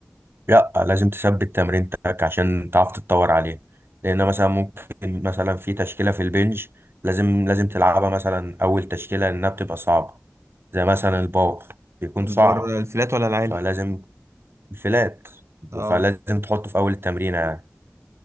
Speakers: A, on the right; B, on the right.
A: لا لازم تثبت تمرينتك عشان تعرف تتطور عليه لان مثلا ممكن مثلا في تشكيله في البنج لازم لازم تلعبها مثلا اول تشكيله لانها بتبقى صعبه زي مثلا الباور بيكون
B: البر
A: صعب
B: الفلات ولا العالي
A: فلازم فلات
B: اه
A: فلازم تحطه في أول التمرينة يعني